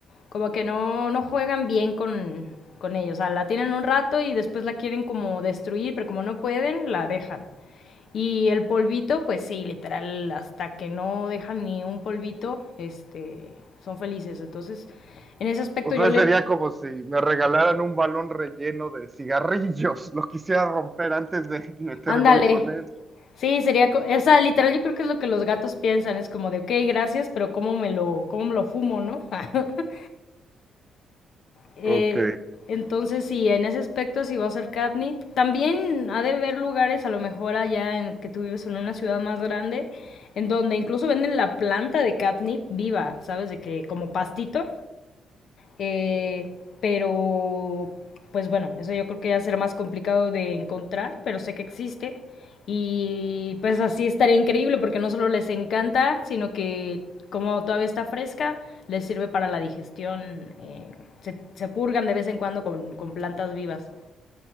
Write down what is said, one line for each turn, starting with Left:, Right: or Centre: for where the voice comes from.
Left: como que no, no juegan bien con, con ellos. O sea, la tienen un rato y después la quieren como destruir, pero como no pueden, la dejan. Y el polvito, pues sí, literal, hasta que no dejan ni un polvito, este, son felices. Entonces, en ese aspecto
Right: O sea,
Left: yo le...
Right: sería como si me regalaran un balón relleno de cigarrillos. <laughs> Lo quisiera romper antes de meter
Left: Ándale.
Right: gol con él.
Left: Sí, sería... co- O sea, literal yo creo que es lo que los gatos piensan. Es como de, ok, gracias, pero ¿cómo me lo, cómo me lo fumo, no? <laughs> Eh,
Right: Ok,
Left: entonces, sí, en ese aspecto sí va a ser catnip. También ha de haber lugares, a lo mejor allá en que tú vives en una ciudad más grande, en donde incluso venden la planta de catnip viva, ¿sabes? De que como pastito. Eh, pero, pues bueno, eso yo creo que ya será más complicado de encontrar, pero sé que existe. Y pues así estaría increíble porque no solo les encanta, sino que como todavía está fresca, les sirve para la digestión. eh, se, se purgan de vez en cuando con, con plantas vivas.